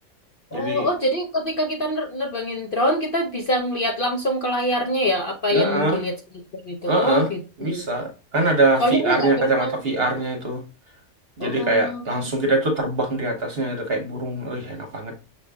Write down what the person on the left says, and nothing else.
Oh, oh, jadi ketika kita ner- nerbangin drone kita bisa ngelihat langsung ke layarnya ya apa
yang dilihat sama drone itu.
Oh gitu.
Soalnya
aku nggak pernah.
Oh